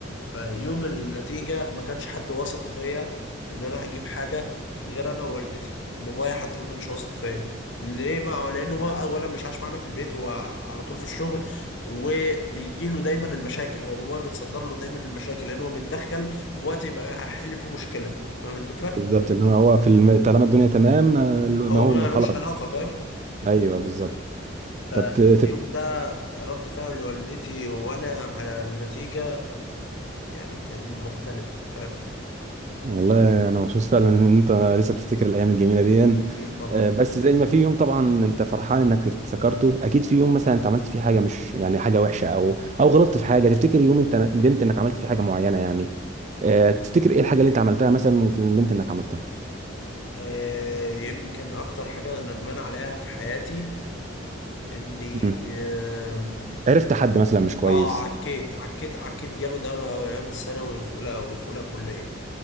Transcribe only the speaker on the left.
فيوم النتيجة ما كانش حد واثق فيا إن أنا هجيب حاجة غير أنا ووالدتي بابايا حتى ما كانش واثق فيا ليه ما لأن هو أولا مش عايش معانا في البيت هو على طول في الشغل وبيجيله دايما المشاكل هو بابايا بيتصدر له دايما المشاكل لأن هو بيتدخل في وقت يبقى هيحل فيه مشكلة فاهم الفكرة؟
هو
ما
لوش
علاقة فاهم؟
فاليوم
ده رد فعل والدتي وأنا على النتيجة يعني كان مختلف فاهم؟
أكيد طبعا
آه، يمكن اكتر حاجه ندمان عليها في حياتي اني
آم،
اه عكيت عكيت عكيت جامد قوي قوي ايام الثانوي وفي اولى وفي اولى كليه